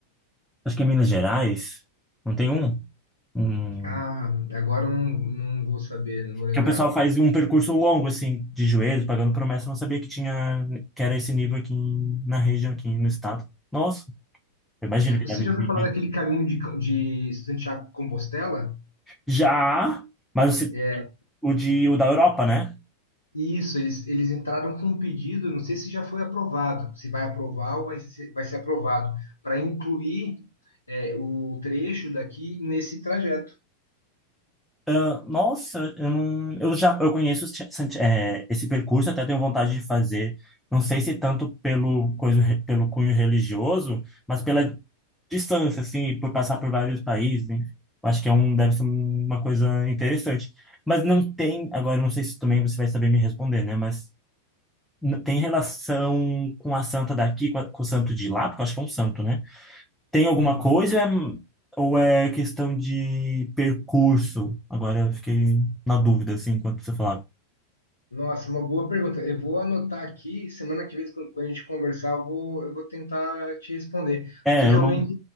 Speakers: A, in the centre; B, on the left.
A: Acho que é Minas Gerais. Não tem um? Um,
B: Ah, agora eu não, não vou saber, não vou lembrar.
A: que o pessoal faz um percurso longo, assim, de joelhos, pagando promessa. Eu não sabia que tinha, que era esse nível aqui em- na região, aqui no estado. Nossa. Eu imagino que
B: Você
A: deve
B: já ouviu
A: vir.
B: falar daquele caminho de, de Santiago de Compostela?
A: Já, mas o, ci-
B: É,
A: o de, o da Europa, né?
B: Isso, eles, eles entraram com um pedido, não sei se já foi aprovado, se vai aprovar ou vai ser, vai ser aprovado, para incluir é, o trecho daqui nesse trajeto.
A: Ah, nossa, eu não, eu já, eu conheço os ti- Santi- eh, esse percurso, até tenho vontade de fazer. Não sei se tanto pelo coisa, pelo cunho religioso, mas pela distância, assim, por passar por vários países. Enfim. Eu Acho que é um, deve ser uma coisa interessante. Mas não tem, agora eu não sei se também você vai saber me responder, né? Mas n- tem relação com a santa daqui, com, a- com o santo de lá, porque eu acho que é um santo, né? Tem alguma
B: Uhum.
A: coisa ou é, ou é questão de percurso? Agora eu fiquei na dúvida, assim, enquanto você falava.
B: Nossa, uma boa pergunta. Eu vou anotar aqui, semana que vem, quando quando a gente conversar, eu vou, eu vou tentar te responder.
A: É,
B: Porque realmente
A: eu não.